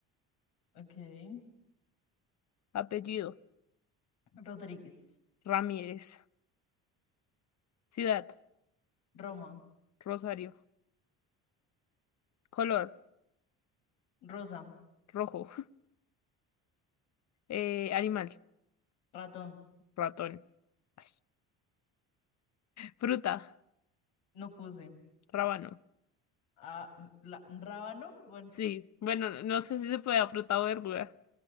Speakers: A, on the left; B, on the left.
A: ok.
B: Apellido,
A: Rodríguez,
B: Ramírez. Ciudad,
A: Roma,
B: Rosario. Color,
A: Rosa,
B: rojo. <laughs> Eh, animal,
A: ratón.
B: ratón. Ay. Fruta,
A: No puse.
B: rábano.
A: Ah, la, rábano, bueno,
B: Sí, bueno, no no sé si se puede fruta o verdura.